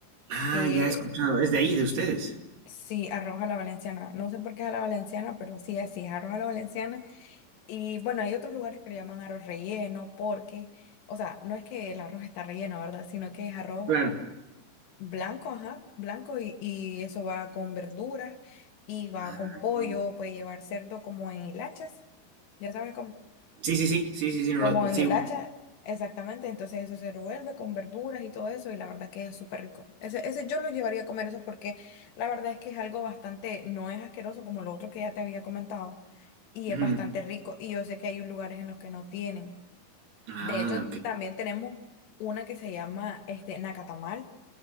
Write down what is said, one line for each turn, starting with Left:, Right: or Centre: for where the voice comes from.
Right: Ah,
Left: que
Right: ya he escuchado, es de ahí, de ustedes.
Left: Sí, arroz a la valenciana. No sé por qué es a la valenciana, pero sí, así es arroz a la valenciana. Y bueno, hay otros lugares que le llaman arroz relleno porque, o sea, no es que el arroz está relleno, ¿verdad? Sino que es arroz
Right: Claro.
Left: blanco, ajá, blanco y, y eso va con verduras y va
Right: Ah,
Left: con pollo,
Right: ya.
Left: puede llevar cerdo como en hilachas. Ya sabes,
Right: sí, sí, sí, sí, sí, sí,
Left: como
Right: ro-
Left: en
Right: sí.
Left: el hacha, exactamente. Entonces eso se revuelve con verduras y todo eso y la verdad que es súper rico. Ese, ese yo lo llevaría a comer eso porque la verdad es que es algo bastante, no es asqueroso como lo otro que ya te había comentado y
Right: ujú.
Left: es bastante rico y yo sé que hay lugares en los que no tienen.
Right: Ah,
Left: De hecho,
Right: ok.
Left: también tenemos una que se llama este Nacatamal